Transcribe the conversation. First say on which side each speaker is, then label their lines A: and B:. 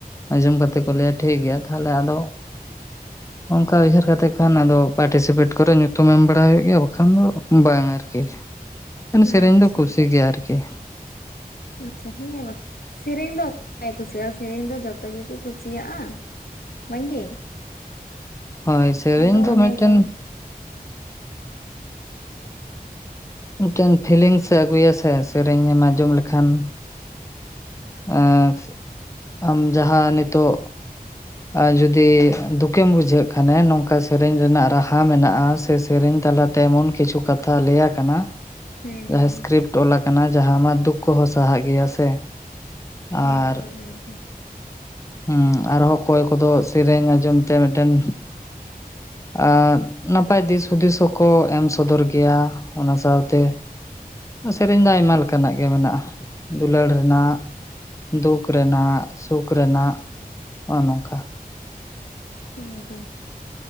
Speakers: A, on the left; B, on the left.
A: ᱟᱸᱡᱚᱢ ᱠᱟᱛᱮ ᱠᱚ ᱞᱟᱹᱭᱟ ᱴᱷᱤᱠ ᱜᱮᱭᱟ ᱛᱟᱦᱞᱮ ᱟᱫᱚ, ᱚᱝᱠᱟ ᱩᱭᱦᱟᱹᱨ ᱠᱟᱛᱮᱜ ᱠᱷᱟᱱ ᱟᱫᱚ ᱯᱟᱴᱤᱥᱤᱯᱮᱴ ᱠᱚᱨᱮ ᱧᱩᱛᱩᱢ ᱮᱢ ᱵᱟᱲᱟ ᱦᱩᱭᱩᱜ ᱜᱮᱭᱟ, ᱵᱟᱠᱷᱟᱱ ᱫᱚ ᱵᱟᱝ ᱟᱨᱠᱤ᱾ <unintelligible> ᱮ ᱥᱮᱨᱮᱧ
B: ᱟᱪᱪᱷᱟ
A: ᱫᱚ ᱠᱩᱥᱤ ᱜᱮᱭᱟ ᱟᱨᱠᱤ᱾
B: <inaudible> ᱟᱪᱪᱷᱟ ᱦᱮᱸ ᱵᱟ <unintelligible> ᱥᱮᱨᱮᱧ ᱫᱚ ᱠᱚᱭ ᱮ ᱠᱩᱥᱤᱜᱼᱟ ᱥᱮᱨᱮᱧ ᱫᱚ ᱡᱚᱛᱚ ᱜᱮᱠᱚ ᱠᱩᱥᱤᱭᱟᱜᱼᱟ, ᱵᱟᱝᱜᱮᱹ,
A: ᱦᱳᱭ ᱥᱮᱨᱮᱧ
B: ᱟᱫᱚ
A: ᱫᱚ
B: ᱚᱱᱮ
A: ᱢᱤᱫᱴᱮᱱ
B: ᱜᱮ
A: ᱢᱤᱫᱴᱮᱱ ᱯᱷᱤᱞᱤᱝᱥᱮ ᱟᱹᱜᱩᱭᱟ ᱥᱮ, ᱥᱮᱨᱮᱧᱮᱢ ᱟᱸᱡᱚᱢ ᱞᱮᱠᱷᱟᱱ, ᱟᱸᱠᱥ ᱟᱢ ᱡᱟᱦᱟ ᱱᱤᱛᱚᱜ ᱟ ᱡᱩᱫᱤ ᱫᱩᱠᱮᱢ ᱵᱩᱡᱷᱟᱹᱜ ᱠᱷᱟᱱᱮ ᱱᱚᱝᱠᱟ ᱥᱮᱨᱮᱧ ᱨᱮᱱᱟᱜ ᱨᱟᱦᱟ ᱢᱮᱱᱟᱜᱼᱟ, ᱥᱮ ᱥᱮᱨᱮᱧ ᱛᱟᱞᱟᱛᱮ ᱮᱢᱚᱱ ᱠᱤᱪᱷᱩ ᱠᱟᱛᱷᱟ ᱞᱟᱹᱭᱟ ᱠᱟᱱᱟ
B: ᱦᱮᱸ
A: ᱡᱟᱦᱟ
B: ᱦᱮᱸ
A: ᱤᱥᱠᱨᱤᱯᱴ ᱚᱞ ᱟᱠᱟᱱᱟ, ᱡᱟᱦᱟ ᱟᱢᱟᱜ ᱫᱩᱠ ᱠᱚᱦᱚ ᱥᱟᱦᱟᱜ ᱜᱮᱭᱟ ᱥᱮ?
B: ᱮᱠᱫᱚᱢ
A: ᱟᱨ
B: ᱮᱠᱫᱚᱢ
A: ᱩᱸ ᱟᱨᱦᱚ ᱠᱚᱭ ᱠᱚᱫᱚ ᱥᱮᱨᱮᱧ ᱟᱸᱡᱚᱢ ᱛᱮ ᱢᱤᱫᱴᱮᱱ ᱟ ᱱᱟᱯᱟᱭ ᱫᱤᱥ ᱦᱩᱫᱤᱥ ᱦᱚᱠᱚ ᱮᱢ ᱥᱚᱫᱚᱨ ᱜᱮᱭᱟ, ᱚᱱᱟ ᱥᱟᱣᱛᱮ, ᱥᱮᱨᱮᱧ ᱫᱚ ᱟᱭᱢᱟ ᱞᱮᱠᱟᱱᱟᱜ ᱜᱮ ᱢᱮᱱᱟᱜᱼᱟ, ᱫᱩᱞᱟᱹᱲ ᱨᱮᱱᱟᱜ, ᱫᱩᱠ ᱨᱮᱱᱟᱜ, ᱥᱩᱠ ᱨᱮᱱᱟᱜ, ᱚᱸᱻᱭ ᱱᱚᱝᱠᱟ᱾
B: ᱮᱠᱫᱚᱢ <inaudible>